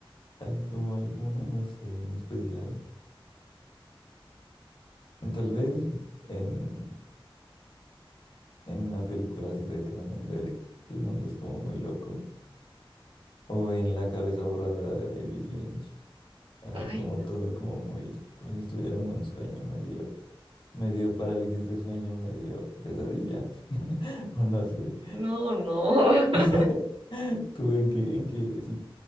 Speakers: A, on the left; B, on the right.
A: Así como alguna, no sé, en especial. Tal vez en, en una película así de Cronenberg, que el mundo es como muy loco. O en La cabeza borradora de David Lynch. Así
B: Ay,
A: como
B: no.
A: todo como muy, como si estuviera en un sueño, medio, medio parálisis de sueño, medio pesadilla. <laughs> O no sé.
B: No, no. <laughs>
A: <laughs> ¿Tú en qué, en qué, si